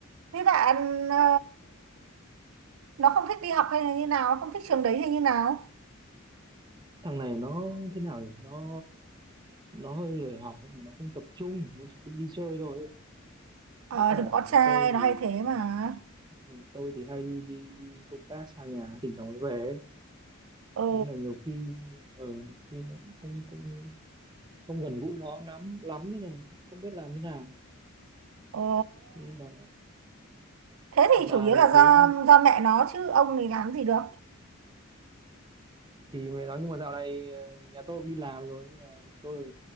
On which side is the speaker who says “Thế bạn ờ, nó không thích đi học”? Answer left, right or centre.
Right